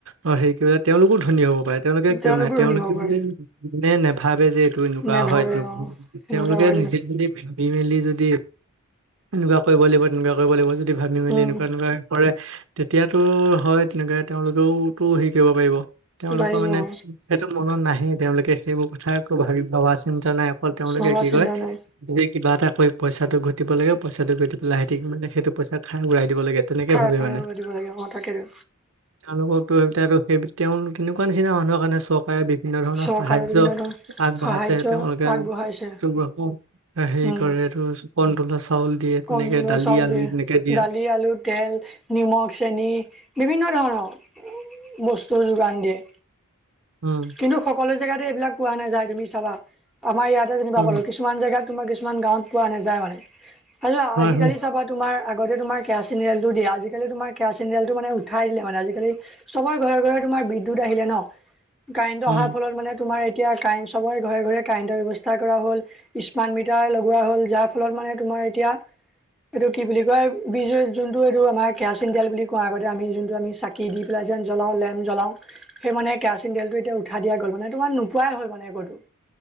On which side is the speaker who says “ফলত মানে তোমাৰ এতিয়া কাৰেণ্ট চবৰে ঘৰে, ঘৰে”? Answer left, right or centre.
Centre